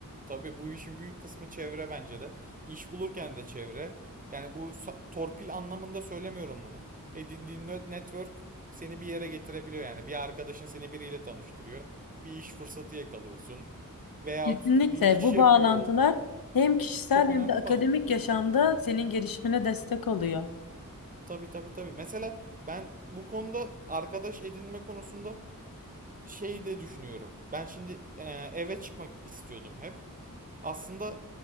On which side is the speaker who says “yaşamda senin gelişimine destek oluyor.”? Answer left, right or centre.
Left